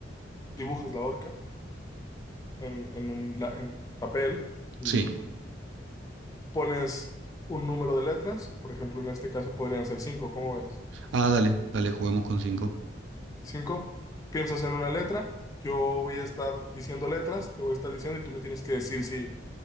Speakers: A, on the left (about 20°); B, on the right (about 75°).
A: dibujas la horca en, en un la- en papel y
B: Sí.
A: pones un número de letras. Por ejemplo, en este caso podrían ser cinco, ¿cómo ves?
B: Ah, dale, dale, juguemos con cinco.
A: Cinco. Piensas en una letra, yo voy a estar diciendo letras, te voy a estar diciendo y tú me tienes que decir si,